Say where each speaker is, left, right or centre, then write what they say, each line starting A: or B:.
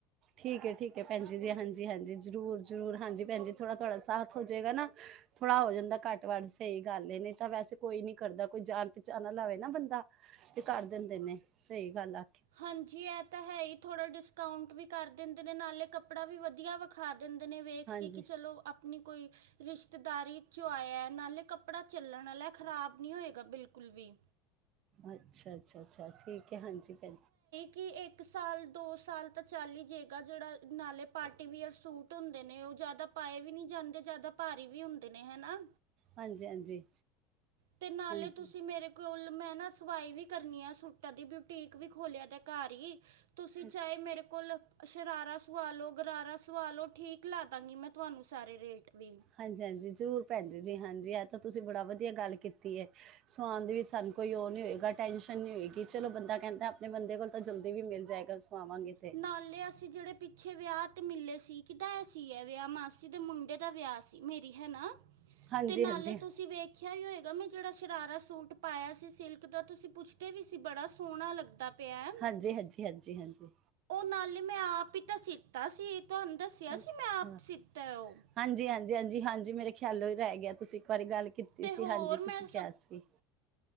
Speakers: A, on the right; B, on the right.
A: ਠੀਕ ਹੈ ਠੀਕ ਹੈ ਭੈਣਜੀ ਜੀ ਹਾਂਜੀ ਹਾਂਜੀ ਜ਼ਰੂਰ ਜਰੂਰ ਹਾਂਜੀ ਭੈਣਜੀ ਥੋੜਾ ਥੋੜਾ ਸਾਥ ਹੋ ਜਾਏਗਾ ਨਾ ਥੋੜਾ ਹੋ ਜਾਂਦਾ ਘੱਟ ਵੱਟ ਸਹੀ ਗੱਲ ਇਹ ਨਹੀਂ ਤਾਂ ਵੈਸੇ ਕੋਈ ਨੀ ਕਰਦਾ ਕੋਈ ਜਾਣ ਪਹਿਚਾਣਾਵੇ ਨਾ ਬੰਦਾ ਤੇ ਕਰ ਦਿੰਦੇ ਨੇ ਸਹੀ ਗੱਲ ਆ।
B: ਹਾਂਜੀ ਇਹ ਤਾਂ ਹੈ ਹੀ ਥੋੜਾ ਡਿਸਕਾਊਂਟ ਵੀ ਕਰ ਦਿੰਦੇ ਨੇ ਨਾਲੇ ਕੱਪੜਾ ਵੀ ਵਧੀਆ ਵਿਖਾ। ਦਿੰਦੇ ਨੇ ਵੇਖ
A: ਹਾਂਜੀ
B: ਕੇ ਕਿ ਚਲੋ ਆਪਣੀ ਕੋਈ ਰਿਸ਼ਤੇਦਾਰੀ ਚ ਆਇਆ ਨਾਲੇ ਕੱਪੜਾ ਚੱਲਣ ਵਾਲਾ ਖ਼ਰਾਬ ਨੀ ਹੋਏਗਾ ਬਿਲਕੁਲ ਵੀ
A: ਅੱਛਾ ਅੱਛਾ। ਅੱਛਾ ਠੀਕ ਹੈ ਹਾਂਜੀ ਭੈ
B: ਕੀ ਇੱਕ ਸਾਲ ਦੋ ਸਾਲ ਤਾਂ ਚਾਲ ਹੀ ਜਾਏਗਾ ਜਿਹੜਾ ਨਾਲੇ ਪਾਰਟੀ ਵਅਰ ਸੂਟ ਹੁੰਦੇ ਨੇ ਉਹ ਜਿਆਦਾ ਪਾਏ ਵੀ ਨੀ ਜਾਂਦੇ ਜਿਆਦਾ ਭਾਰੀ ਵੀ ਹੁੰਦੇ ਨੇ ਹਨਾ।
A: ਹਾਂਜੀ ਹਾਂਜੀ।
B: ਤੇ ਨਾਲੇ
A: ਹਾਂਜੀ
B: ਤੁਸੀਂ ਮੇਰੇ ਕੋਲ ਮੈਂ ਨਾ ਸਵਾਈ ਵੀ ਕਰਨੀ ਆ ਸੂਟਾਂ ਦੀ ਬਿਊਟੀਕ ਵੀ ਖੋਲਿਆ ਤੇ ਘਰ ਹੀ ਤੁਸੀਂ ਚਾਹੇ
A: ਅੱਛਾ
B: ਮੇਰੇ ਕੋਲ ਸ਼ਰਾਰਾ ਸਵਾ ਲਉ ਗਰਾਰਾ ਸਵਾ ਲਓ ਠੀਕ ਲਾ ਦਾਂਗੀ ਮੈਂ ਤੁਹਾਨੂੰ ਸਾਰੇ ਰੇਟ ਵੀ
A: ਹਾਂਜੀ ਹਾਂਜੀ ਜ਼ਰੂਰ ਭੈਣ ਜ ਜੀ ਹਾਂਜੀ। ਤਾਂ ਤੁਸੀਂ ਬੜਾ ਵਧੀਆ ਗੱਲ ਕੀਤੀ ਹੈ ਸੁ ਆਉਣ ਦੇ ਵਿੱਚ ਸਾਨੂੰ ਕੋਈ ਉਹ ਨਹੀਂ ਹੋਏਗਾ ਟੈਂਨਸ਼ਨ ਨਹੀਂ ਹੋਏਗੀ ਚਲੋ ਬੰਦਾ ਕਹਿੰਦਾ ਆਪਣੇ ਬੰਦੇ ਕੋਲ ਤਾਂ ਜਲਦੀ ਵੀ ਮਿਲ ਜਾਏਗਾ। ਸਵਾਵਾਂਗੇ ਤੇ।
B: ਨਾਲੇ ਅਸੀਂ ਜਿਹੜੇ ਪਿੱਛੇ ਵਿਆਹ ਤੇ ਮਿੱਲੇ ਸੀ ਕਿੱਦਾਂ ਇਹ ਸੀ ਹੈ ਵਿਆਹ ਮਾਸੀ ਦੇ ਮੁੰਡੇ ਦਾ ਵਿਆਹ ਸੀ। ਮੇਰੀ ਹੈ ਨਾ
A: ਹਾਂਜੀ,
B: ਤੇ ਨਾਲੇ
A: ਹਾਂਜੀ,
B: ਤੁਸੀਂ ਵੇਖਿਆ ਹੀ ਹੋਏਗਾ ਮੈਂ ਜਿਹੜਾ ਸ਼ਰਾਰਾ ਸੂਟ ਪਾਇਆ ਸੀ ਸਿਲਕ ਦਾ ਤੁਸੀਂ ਪੁੱਛਦੇ ਵੀ ਸੀ ਬੜਾ ਸੋਹਣਾ ਲੱਗਦਾ। ਪਿਆ ਹੈ।
A: ਹਾਂਜੀ ਹਾਂਜੀ ਹਾਂਜੀ ਹਾਂਜੀ।
B: ਨਾਲ ਮੈਂ ਆਪ ਹੀ ਤਾਂ ਸੀਤਾ ਸੀ। ਤੁਹਾਨੂੰ ਦੱਸਿਆ
A: ਅੱਛਾ
B: ਸੀ ਮੈਂ ਆਪ ਸੀਤਾ ਹੈ ਉਹ
A: ਹਾਂਜੀ ਹਾਂਜੀ ਹਾਂਜੀ ਹਾਂਜੀ ਮੇਰੇ ਖਿਆਲੋ ਹੀ ਰਹਿ ਗਿਆ ਤੁਸੀਂ ਬਾਰੇ ਗੱਲ ਕੀਤੀ
B: ਤੇ
A: ਸੀ
B: ਹੋਰ
A: ਹਾਂਜੀ
B: ਮੈਂ
A: ਤੁਸੀਂ ਕਿਹਾ ਸੀ।